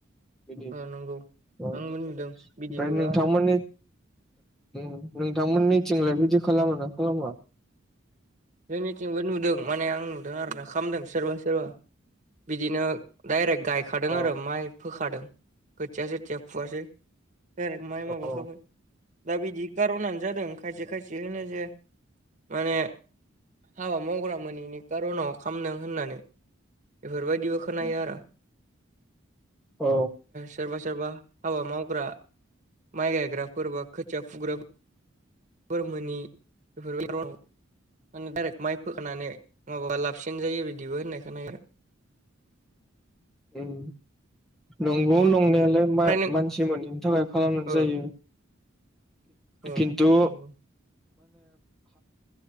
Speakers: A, in the centre; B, on the right.
A: बिदि
B: ओ नंगौ
A: औ ओमफ्राय
B: आंबो नुदों बिदिखौबो
A: नोंथांमोननि
B: आरो
A: नोंथांमोननिथिंलाय बिदि खालामो ना खालामा
B: जोंनिथिंबो नुदों माने आं नुदों आरो ना खालामदों सोरबा सोरबा बिदिनो दायरेक्ट गायखादों
A: अ
B: आरो माइ फोखादों खोथिया सोथिया फुआसै दायरेक्टमाइ माबाखाबाय
A: औ
B: दा बिदि कारनानो जादों खायसे खायसे होनो जे माने हाबा मावग्रा मोनैनि खारनाव खामदों होननानै बेफोर बायदि खोनायो आरो
A: औ
B: सोरबा सोरबा हाबा मावग्रा माइ गायग्राफोर बा खोथिया फुग्रा फोर मोनि बेफोराव माने दायरेक्ट माइ फोखानानै माबाबा लाबसिन जायो बिदिबो होननाय खोनायो आरो
A: उम नंगौ
B: ओमफ्राय
A: लंनायालाय
B: नों
A: मानसि मोनैनि थाखाय खालामनाय
B: ओ
A: जायो
B: ओ
A: खिन्थु <inaudible>
B: नंगौ